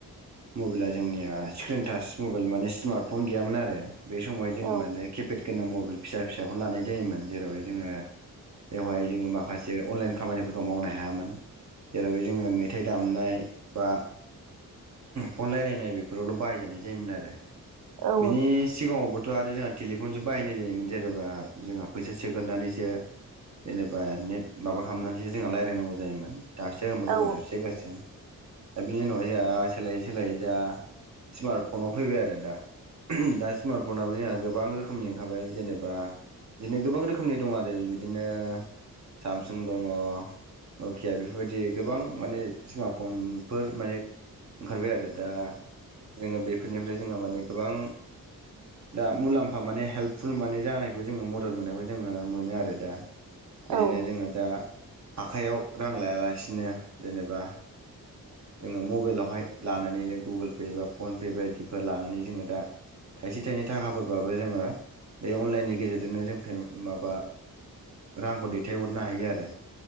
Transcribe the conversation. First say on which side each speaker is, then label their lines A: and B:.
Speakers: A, on the right; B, on the right.
A: मबाइला जोंनिया स्क्रिन टाच मबाइल माने स्मार्टफन गैयामोन आरो बे समावहाय जोङो
B: औ
A: माने किपेद गोनां मबाइल फिसा फिसाखौनो लानाय जायोमोन जेरावहाय जोङो बेवहाय जोङो माखासे अनलाइन खामानिफोरखौ मावनो हायामोन जेरावहाय जोङो मेथाइ दामनाय बा फन रायलायनाय बेफोरावल' बाहायजानाय जायोमोन आरो
B: औ
A: बिनि सिगाङावबो थ' आरो जोंहा टेलिफनसो बाहायनाय जायोमोन जेनेबा जोंहा फैसा सोगोरनानैसो जेनेबा नेट माबा खालामनानैसो जोंहा रायलायनांगौ जायोमोन दाबसे होमबा गुबुन
B: औ
A: दाबसे गासिबो दा बिनि उनाव जोंहा सोलायै सोलायै दा स्मार्ट फनाव फैबाय आरो दा दा स्मार्टफनाबो जोंहा गोबां रोखोमनि ओंखारबाय जेनेबा बिदिनो गोबां रोखोमनि दङ आरो बिदिनो सामसुं दङ नखिया बेफोरबायदि गोबां माने स्मार्ट फनफोर माने ओंखारबाय आरो दा जोङो बेफोरनिफ्राय जोंहा माने गोबां दा मुलाम्फा माने हेल्पफुल माने जानायखौ जोङो मदद मोननायखौ जोङो मोनो आरो दा बिदिनो
B: औ
A: जोङो दा आखाइयाव रां लायालासिनो जेनेबा जोङो मबाइलावहाय लानानै जों गुगोल पे बा फन पे बायदिफोर लानानै जोङो दा थाइसे थाइनै थाखाफोर बाबो जोङो बे अनलाइननि गेजेरजोंनो जों फे माबा रांखौ दैथायहरनो हायो आरो